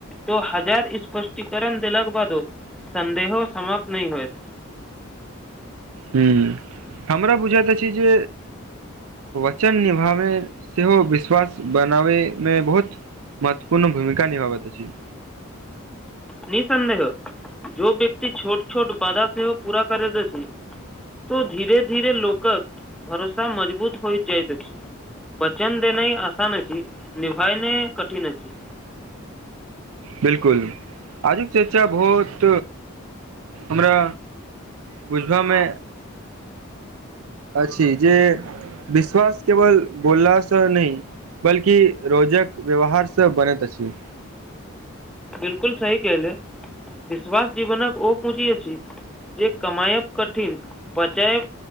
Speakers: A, in the centre; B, on the right.
A: तो हजार स्पष्टीकरण देलाक बादो सन्देह समाप्त नहि होएत
B: हूँ हमरा बुझैत अछि जे वचन निभाबै सेहो विश्वास बनाबैमे बहुत महत्वपूर्ण भूमिका निभाबैत अछी
A: निःसन्देह जो व्यक्ति छोट छोट बधा सेहो पूरा करैत अछि तऽ धीरे धीेरे लोकक भरोसा मजबूत हो जाइत अछि वचन देनाय आसान अछि निभायने कठिन अछि
B: बिल्कुल आजुक चर्चा बहुत हमरा बुझबामे अछि जे विश्वास केवल बोलला स नहि बल्कि रोजक व्यवहारसँ बनैत अछि
A: बिलकुल सही केहली विश्वास जीवनक ओ पीढ़ी अछि जे कमायब कठिन बचायब